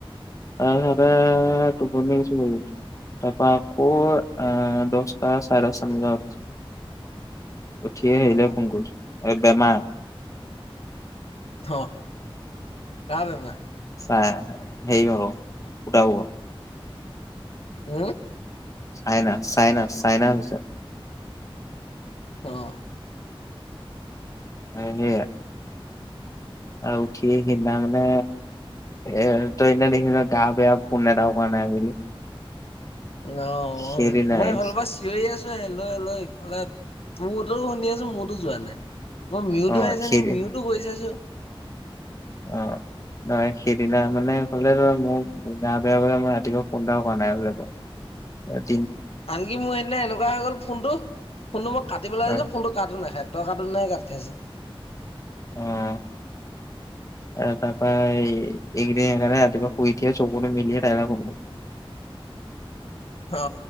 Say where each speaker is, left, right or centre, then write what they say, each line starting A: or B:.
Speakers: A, on the left (about 35°); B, on the left (about 85°).
A: তাৰ টোপনিছ তাৰ পৰা আকৌ আহ দহটা চাৰে দচ চান বজা উঠছো উঠিয়ে আহলে
B: ন
A: ফংকুৰ এই বেমাৰ
B: অ কাঁ বেমাৰ
A: চাই সেইৰি হাৰ ফুটাব
B: উ
A: চাইনা চাইনা চাইনা হৈছে
B: অঁ
A: সেইয়া আৰু উঠি সিদিনা মানে এ তই এদিনা দেখি গা বেয়া পোন এটা কৰা নাই বুলি
B: ন
A: সেইদিনাই
B: মই এইফালৰ পৰা চিঞৰি আছো এ লৈ লৈ ইফালে তহতো শুনি আছো মোৰতো যোৱা নাই মই মিউতো
A: অ
B: হৈ আছ
A: সেইদি
B: নে মিউতো কৰি চাইছো
A: অ নহয় সেইদিনা মানে হলে ধৰা মই গা বেয়া বলে মই ৰাতিপুৱা ফন এটাও কৰা নাই বল তো
B: আনকি মোৰ সেইদিনা এনেকুৱা হৈ গ'ল ফোনটো ফোনটো মই কাটিবলৈ
A: অ
B: লাগিছো ফোনটো কাটো নাখাই তই কাটোতেহে কাট খাইছে
A: আহ তাৰপৰা এইকেইদিন সেইকাৰণে ৰাতিপুৱা শুই উঠিয়ে চকুত মিলিয়ে তাইলৈ ফন কৰো
B: অ